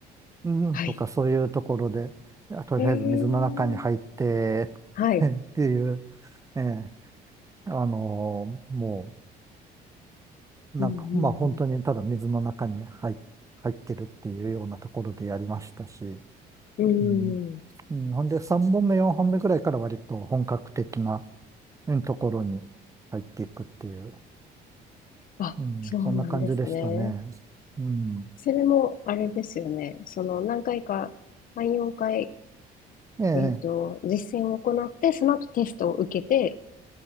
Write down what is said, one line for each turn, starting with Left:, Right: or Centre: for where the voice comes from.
Right: うんとかそういうところで、
Left: はい。
Right: いやとりあえず水の中に入って
Left: えー、はい。
Right: <laughs> っていう、ええ、あのもう、
Left: うん
Right: なんか、まあ本当にただ水の中に入、入ってるっていうようなところでやりましたし、
Left: うんう
Right: うん。
Left: ん。うん。
Right: うんほんで、3本目、4本目くらいから割と本格的なうんところに入っていくっていう、
Left: あ、
Right: うん、
Left: そうなんですね。
Right: そんな感じでしたね。うん。
Left: それも、あれですよね。その、何回か、3、4回、
Right: ええ、
Left: えっと、実践を行って、その後テストを受けて、